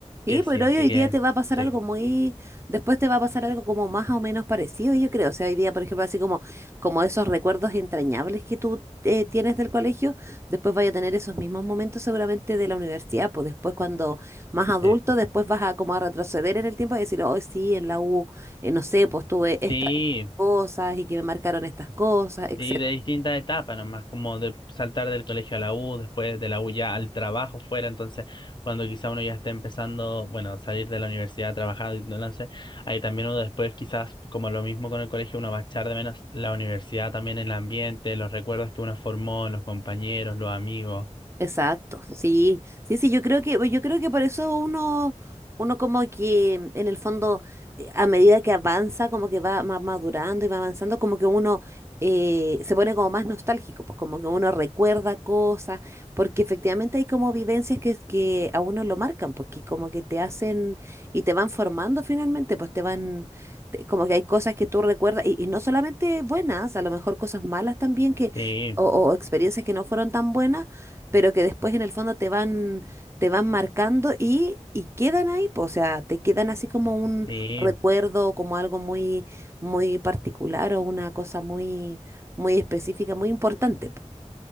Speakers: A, on the right (about 20°); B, on the left (about 40°).
A: Sí,
B: que sí,
A: pero
B: así
A: hoy, hoy
B: que...
A: día te va a pasar
B: Sí.
A: algo muy, después te va a pasar algo como más o menos parecido, yo creo. O sea, hoy día, por ejemplo, así como, como esos recuerdos entrañables que tú eh, tienes del colegio, después vaya a tener esos mismos momentos seguramente de la universidad, pues después cuando más adulto,
B: Sí,
A: después vas a como a retroceder en el tiempo y decir, hoy sí, en la U, eh, no sé, pues tuve esta-
B: sí,
A: estas cosas y que me marcaron estas cosas, etcétera.
B: sí, de distintas etapas, nomás como de saltar del colegio a la U, después de la U ya al trabajo fuera, entonces cuando quizá uno ya esté empezando, bueno, salir de la universidad a trabajar, y no lo sé, ahí también uno después quizás como lo mismo con el colegio, uno va a echar de menos la universidad también, el ambiente, los recuerdos que uno formó, los compañeros, los amigos.
A: Exacto, sí, sí, sí, yo creo que, pues, yo creo que por eso uno, uno como que en el fondo, eh, a medida que avanza, como que va más madurando y va avanzando, como que uno eh, se pone como más nostálgico, pues como que uno recuerda cosas, porque efectivamente hay como vivencias que, que a uno lo marcan, porque como que te hacen y te van formando finalmente, pues te van, te- como que hay cosas que tú recuerdas, y, y no solamente buenas, a lo mejor cosas malas también que,
B: Sí,
A: o o experiencias que no fueron tan buenas pero que después en el fondo te van, te van marcando y, y quedan ahí, po, o sea, te quedan así como un
B: sí,
A: recuerdo, como algo muy, muy particular o una cosa muy, muy específica, muy importante, po.